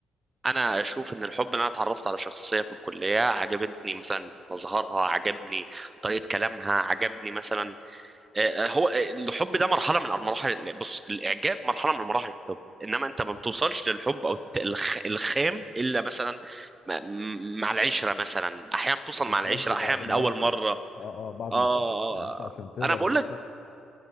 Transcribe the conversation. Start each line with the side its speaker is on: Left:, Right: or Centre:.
Right: انا اشوف ان الحب ان انا اتعرفت على شخصيه في الكليه عجبتني مثلا مظهرها عجبني طريقه كلامها عجبني مثلا آه، آه، هو آه، الحب ده مرحله من المراحل بص الاعجاب مرحله من مراحل الحب انما انت ما بتوصلش للحب او الت- الخ- الخام الا مثلا م- م- مع العشره مثلا احيانا بتوصل
Left: بالظبط
Right: مع العشره احيانا
Left: بعد
Right: من
Left: مواقف
Right: اول مره
Left: اه اه بعد
Right: اه
Left: مواقف يعني انت عشان تقدر
Right: انا بقول
Left: ان انت
Right: لك